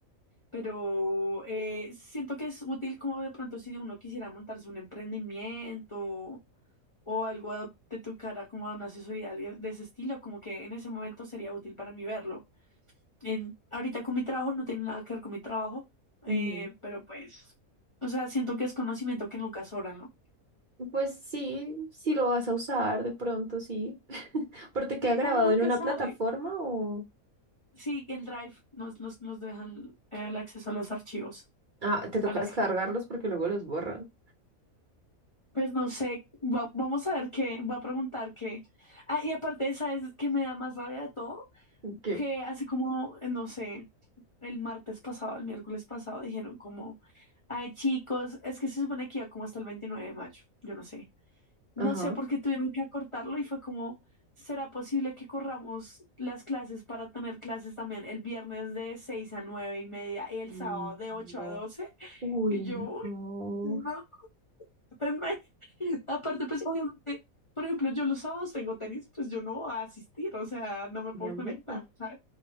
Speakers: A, on the left (about 40°); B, on the right (about 40°).
A: pero eh, siento que es útil como de pronto si uno quisiera montarse un emprendimiento o algo de tu cara como a una asesoría de de ese estilo, como que en ese momento sería útil para mí verlo. En, ahorita con mi trabajo no tiene nada que ver con mi trabajo, eh,
B: Mm,
A: pero pues, o sea, siento que es conocimiento que nunca sobra, ¿no?
B: Pues sí, sí lo vas a usar de pronto, sí. <laughs> ¿Pero te queda
A: Sí,
B: grabado
A: uno nunca
B: en una
A: sabe.
B: plataforma o...?
A: Sí, en Drive nos, nos, nos dejan eh, el acceso a los archivos,
B: Ah, te toca
A: a las...
B: descargarlos porque luego los borran.
A: Pues no sé, va- vamos a ver qué, va a preguntar qué. Ah, y aparte, ¿sabes qué me da más rabia de todo?
B: ¿Qué?
A: Que así como, eh, no sé, el martes pasado, el miércoles pasado, dijeron como, ay chicos, es que se supone que iba como hasta el 29 de mayo, yo no sé. No
B: Ajá.
A: sé por qué tuvieron que acortarlo y fue como, ¿será posible que corramos las clases para tener clases también el viernes de 6 a 9 y media y el
B: Mm,
A: sábado de ocho
B: No.
A: a doce
B: Uy,
A: Y yo, "Uy,
B: no.
A: no, <laughs> pues me- Aparte, pues obviamente, por ejemplo, yo los sábados tengo tenis, pues yo no voy a asistir, o sea, no me
B: Obviamente.
A: puedo conectar, ¿sabes?